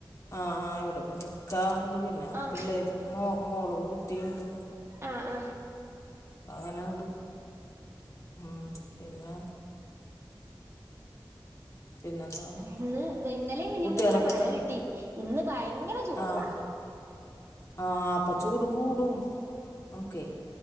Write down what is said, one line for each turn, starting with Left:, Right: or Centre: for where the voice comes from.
Left: ആഹ് ആഹ് ഇവിടെ പിന്നെ ഇക്കാ ഇണ്ട് പിന്നെ ആ
Right: ആഹ്
Left: പിള്ളേരും മോ മോളും കുട്ടിണ്ട്
Right: ആഹ് ആഹ്
Left: അങ്ങനാണ്ട് ഉം പിന്നെ പിന്നെന്താണ്
Right: ഇന്ന് ഇന്നലെയും മിഞ്ഞാന്നൊക്കൊരൊ
Left: കുട്ടികളൊക്കെ
Right: മഴ
Left: എത്ര
Right: കിട്ടി ഇന്ന് ഭയങ്കര ചൂട്ത
Left: ആഹ് ആഹ് അപ്പൊ ചൂട് കൂടും നമുക്കേ